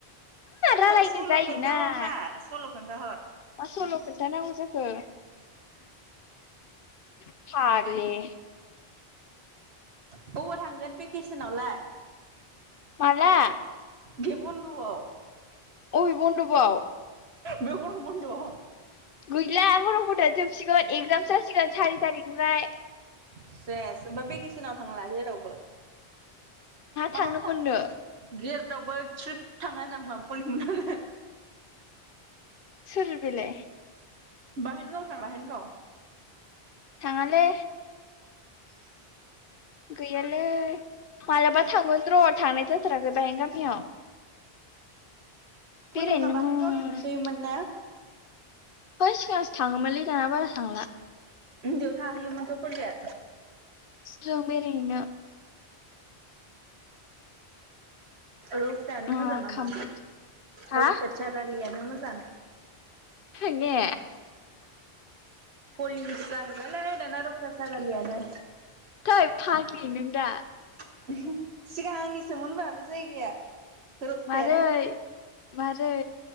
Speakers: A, on the left; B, on the right.
A: रायलायनो
B: सल'
A: जायोना
B: खोनथा हर ना सल' खोनथा हर
A: मा सल' खोन्थानांगौ जाखो फाग्लि
B: अबाव थांगोन भेकेसनावलाय
A: माला
B: बे बन्दवाव
A: अबे बन दबाव
B: बे गरम बन्द'आव
A: गैला गरम बनदआनो जोबसिगोन एक्जाम जासिगोन सारि थारिख निफ्राय
B: सेस होमबा भेकेसनाव थांला जेरावबो माहा
A: थांनो
B: थांनो
A: मोननो
B: जेरावबो ट्रिप थाङा नामा <unintelligible>
A: सोर बेलाय
B: बाहेनगाव थां बाहेनगाव
A: थाङालै गैयालै मालाबा थांगोन र' थांनाय जाथाराखै बाहाय गामियाव
B: पलिमोना
A: बेरायनोनो
B: बाहेनगाव
A: है
B: थांसैयोमोन ने
A: है सिगांसो थाङोमोनलै दाना बारा थांला
B: उन्दैयाव थाहैयोमोनथ फलिया
A: जों बेरायहैनो
B: रौतायानो
A: मा
B: मोजां नामा
A: खामबाय हा
B: रौता सारियालियानो मोजां
A: थांने
B: पलानिसो जाहैबायलै दाना रौता सारिआलियानो
A: थै फाग्लि नों दा
B: <unintelligible> सिगां आंनिसोमोन होमबा बे जायगाया रौताया
A: मारै मारै